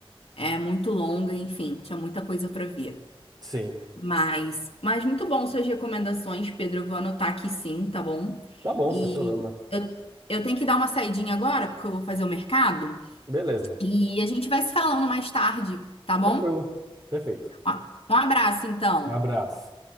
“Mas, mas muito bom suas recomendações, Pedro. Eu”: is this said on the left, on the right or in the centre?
Left